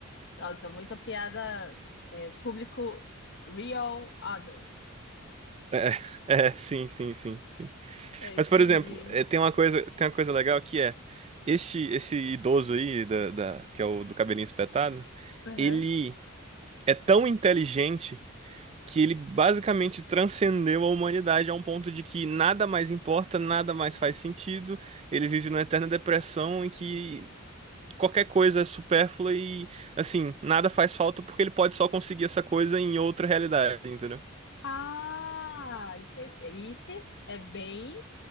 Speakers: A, on the left; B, on the right.
A: Nossa, muita piada é, público real adult.
B: É, <laughs> é, sim, sim, sim, sim.
A: Eu
B: Mas,
A: entendi.
B: por exemplo, é, tem uma coisa, tem uma coisa legal que é, este, esse idoso aí, da, da- que é o do cabelinho espetado,
A: Uhum.
B: ele... é tão inteligente que ele basicamente transcendeu a humanidade a um ponto de que nada mais importa, nada mais faz sentido. Ele vive numa eterna depressão em que qualquer coisa é supérflua e, assim, nada faz falta porque ele pode só conseguir essa coisa em outra realidade, entendeu?
A: Ah, entendi. Ixi, é bem